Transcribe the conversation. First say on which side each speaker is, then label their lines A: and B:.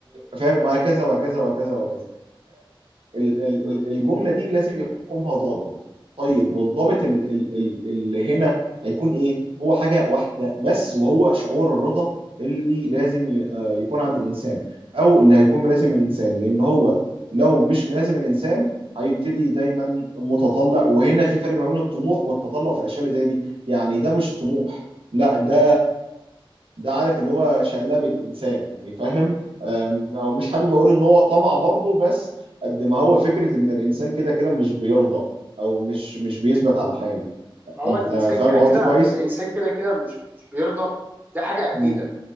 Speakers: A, on the right; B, on the right.
A: فاهم وهكذا وهكذا وهكذا وهكذا ال- ال-
B: مم.
A: ال- الجمله دي لازم يحكمها ضابط طيب والضابط ال- ال- ال- اللي هنا هيكون ايه هو حاجه واحده بس وهو شعور الرضا اللي لازم ي- آه، يكون عند الانسان او اللي هيكون ملازم الانسان لان هو لو مش ملازم الانسان هيبتدي دايما متطلع وهنا في فرق ما بين الطموح والتطلع في الاشياء اللي زي دي يعني ده مش طموح لا ده ده عارف اللي هو شقلبة انسان يعني فاهم آم، أو مش حابب اقول ان هو طمع برضه بس قد ما هو فكرة إن الإنسان كده كده مش بيرضى أو مش مش بيثبت على حاله
B: ما هو
A: أنت
B: الانسان
A: فاهم
B: كده
A: قصدي
B: كده
A: كويس؟
B: الانسان كده كده مش مش بيرضى ده حاجه اكيده
A: مم.